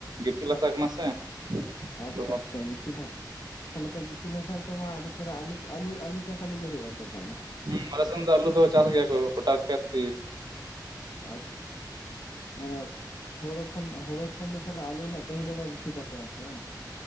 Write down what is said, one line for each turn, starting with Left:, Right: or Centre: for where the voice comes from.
Right: ᱜᱤᱛᱤᱞ ᱦᱟᱥᱟ ᱠᱟᱱᱟ ᱥᱮ
Left: ᱟᱪᱪᱷᱟ
Right: ᱛᱚ
Left: ᱟᱪᱪᱷᱟ ᱜᱤᱛᱤᱞ ᱦᱟᱥ ᱛᱟᱦᱚᱞᱮ ᱛᱚ ᱜᱤᱛᱤᱞ ᱦᱟᱥᱟ ᱨᱮᱛᱚ ᱢᱟ ᱟᱹᱰᱤ ᱪᱮᱦᱨᱟ ᱟᱞᱩ ᱟᱞᱩ ᱪᱟᱥ ᱟᱹᱰᱤ ᱡᱚᱨ ᱦᱩᱭᱩᱜᱼᱟ ᱛᱚ ᱛᱟᱦᱞᱮ
Right: ᱦᱮᱸ ᱟᱞᱮ ᱥᱮᱱ ᱫᱚ ᱟᱹᱞᱩ ᱫᱚ ᱪᱟᱥ ᱜᱮᱭᱟ ᱠᱚ ᱜᱚᱴᱟ ᱠᱷᱮᱛ ᱜᱤ
Left: ᱟᱪᱷᱟ ᱚᱱᱟ ᱦᱳᱲᱳ ᱠᱷᱚᱱ ᱦᱳᱲᱳ ᱠᱷᱚᱱ ᱫᱚ ᱛᱟᱦᱞᱮ ᱟᱹᱞᱩ ᱨᱮᱱᱟᱜ ᱪᱟᱦᱤᱫᱟ ᱵᱮᱥᱤ ᱛᱟᱯᱮᱭᱟ ᱵᱟᱝ